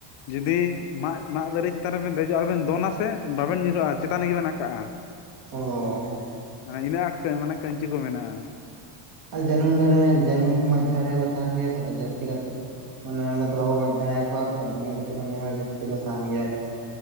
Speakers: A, on the left; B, on the right.
A: ᱡᱩᱫᱤ ᱢᱟᱜ ᱢᱟᱫ ᱫᱟᱨᱮ ᱪᱮᱛᱟᱱ ᱨᱮᱵᱮᱱ ᱫᱮᱡᱚᱜ-ᱟ ᱟᱨ ᱵᱮᱱ ᱫᱚᱱᱟᱥ ᱥᱮ ᱵᱟᱵᱮᱱ ᱧᱩᱨᱦᱩᱜ-ᱟ ᱪᱮᱛᱟᱱ ᱨᱮᱜᱮ ᱵᱮᱱ ᱟᱠᱟᱜ-ᱟ᱾
B: ᱚᱻ ᱾
A: ᱤᱱᱟᱹᱜ ᱟᱴ ᱛᱮ ᱢᱟᱱᱮ ᱠᱟᱹᱧᱪᱤ ᱠᱚ ᱢᱮᱱᱟᱜ-ᱟ᱾
B: ᱡᱟᱹᱱᱩᱢ ᱫᱟᱨᱮ ᱡᱟᱹᱱᱩᱢ ᱢᱟᱜ ᱡᱷᱟᱲ ᱨᱮᱠᱚ ᱛᱟᱦᱮᱸᱱ ᱜᱮᱭᱟ ᱠᱚ ᱛᱚ ᱡᱟᱹᱥᱛᱤ ᱠᱟᱛᱮ᱾ ᱢᱟᱱᱮ ᱚᱸᱰᱮ ᱫᱚ ᱵᱟᱠᱚ ᱜᱚᱡᱽ ᱫᱟᱲᱮᱭ ᱟᱠᱚᱣᱟ ᱛᱚ ᱤᱱᱟᱹ ᱠᱷᱟᱹᱛᱤᱨ ᱚᱸᱰᱮ ᱦᱚᱸ ᱡᱟᱹᱥᱛᱤ ᱠᱚ ᱛᱟᱦᱮᱸᱱ ᱜᱮᱭᱟ ᱠᱚ᱾